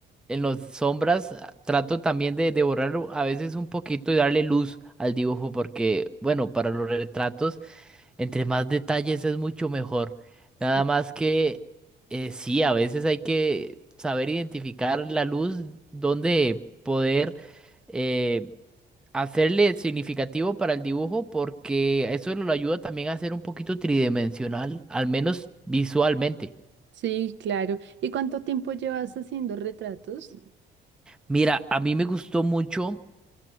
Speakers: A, in the centre; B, on the right.
A: en las sombras ah, trato también de, de borrar u- a veces un poquito y darle luz al dibujo. Porque bueno, para los retratos. Entre más detalles es mucho mejor.
B: sí,
A: Nada más que eh, sí, a veces hay que saber identificar la luz, donde poder eh, hacerle significativo para el dibujo, porque eso lo ayuda también a ser un poquito tridimensional, al menos visualmente.
B: sí, claro. ¿Y cuánto tiempo llevas haciendo retratos?
A: Mira, a mí me gustó mucho.